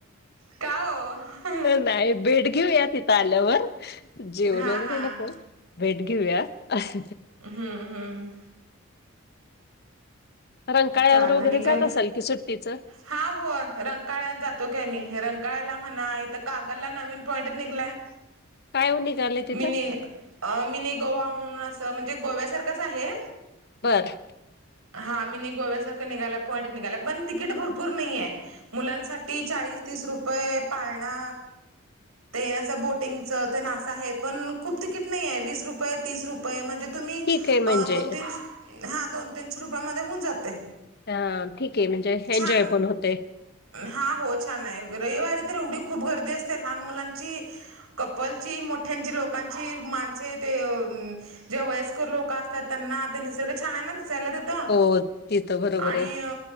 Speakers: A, on the right (about 85°); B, on the left (about 50°).
A: का हो
B: नाही भेट घेऊया तिथे आल्यावर जेवन
A: हां
B: वगैरे
A: हां
B: नको भेट घेऊया अस.
A: हम्म हम्म
B: रंकाळ्यावर
A: चालत
B: वगैरे
A: आणि काय
B: जात असाल की सुट्टीच
A: हा हो रंगकाळन जातो. काय मी रंकाळाला म्हणा इथ कागलला नवीन पॉईंट निघलाय.
B: काय हो निघाले तिथं
A: मिनी मिनी गोवा म्हणून असं म्हणजे गोव्यासारखंच आहे.
B: बर
A: हा मी नाही गोव्यासारखं निघाला पॉईंट निघाला पण तिकीट भरपूर नाहीय. मुलांसाठी चाळीस तीस रुपये पाळणा. ते नां बोटिंगच ते नासा आहे पण खूप तिकीट नाही आहे वीस रुपये तीस रुपये म्हणजे तुम्ही
B: ठीक आहे म्हणजे
A: दोन तीन हा दोन तीनशे रुपया म होऊन जाते
B: अ ठीक आहे म्हणजे
A: छान
B: एन्जॉय पण होते
A: हा हो छान आहे रविवारी तर एवढी खूप गर्दी असते लहान मुलांची कपलची मोठ्यांची लोकांची माणस ते जेव्हा वयस्कर लोक असतात त्यांना ते निसर्ग छान आहे ना दिसायला तिथं
B: हो तिथं बरोबर
A: आणि
B: आहे
A: अ